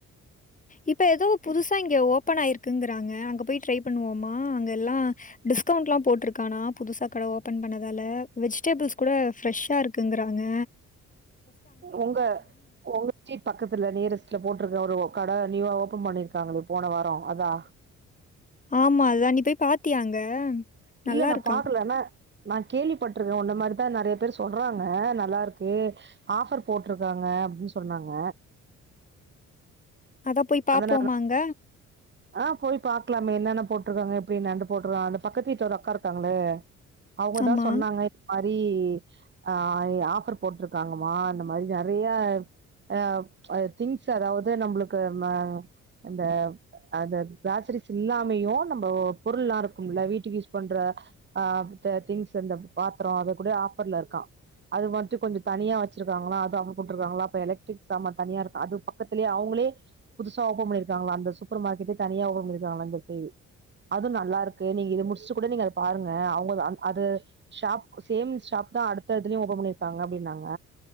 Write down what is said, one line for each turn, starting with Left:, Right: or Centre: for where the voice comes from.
Left: இப்ப எதோ புதுசா இங்க ஓப்பன் ஆயிருக்குங்கறாங்க அங்க போய் ட்ரை பண்ணுவோமா அங்க எல்லா டிஸ்கவுண்ட்லா போட்ருக்கானா புதுசா கட ஓப்பன் பண்ணதால வெஜிடேபிள்ஸ் கூட ஃப்ரஷ்ஷா இருக்குங்றாங்க
Right: உங்க உங்க ஸ்டீட் பக்கத்துல நியரஸ்ட்ல போட்ருக்க ஒரு கட நியூவா ஓபன் பண்ணியிருக்காங்களே போன வாரோ அதா
Left: ஆமா அதா நீ போய் பாத்தியா அங்க நல்லா
Right: இல்ல நா
Left: இருக்காம்.
Right: பாக்கல ன நா கேள்விப்பட்ருக்கே உன்ன மாரிதா நெறையா பேரு சொல்றாங்க நல்லா இருக்கு ஆஃபர் போட்ருக்காங்க அப்டின்னு சொன்னாங்க
Left: அதா போய் பாப்போமாங்க
Right: அதனால ஆ போய் பாக்கலாமே என்னென்ன போட்ருக்காங்க எப்டினு நண்டு போட்ருக்காங்க அந்த பக்கத்து வீட்ல ஒரு அக்கா இருக்காங்களே அவுங்கதா
Left: ஆமா.
Right: சொன்னாங்க இது மாரி ஆ ஆஃபர் போட்ருக்காங்கமா இந்த மாரி நெறையா அ திங்ஸ் அதாவது நம்மளுக்கு நம்ம அந்த அத க்ளாசரிஸ் இல்லாமையு நம்ம பொருள் எல்லா இருக்கும்ல வீட்டுக்கு யூஸ் பண்ற ஆ திங்ஸ் இந்த பாத்தரோ அது கூட ஆஃபர்ல இருக்கா அது மட்டு கொஞ்ச தனியா வச்சிருக்காங்களா அது அவன் குடுத்துருக்காங்களா அப்ப எலக்ட்ரிக் சாமான் தனியா இருக்கா அது பக்கத்திலயே அவுங்களே புதுசா ஓப்பன் பண்ணிருக்காங்களா அந்த சூப்பர் மார்க்கெட்டே தனியா ஓப்பன் பண்ணிருக்காங்களா இந்த சைடு அதுவு நல்லா இருக்கு நீங்க இது முடிச்சுட்டு கூட நீங்க அத பாருங்க அவுங்க அது ஷாப் சேம் ஷாப் தா அடுத்த இதுலயு ஓப்பன் பண்ணியிருக்காங்க அப்டின்னாங்க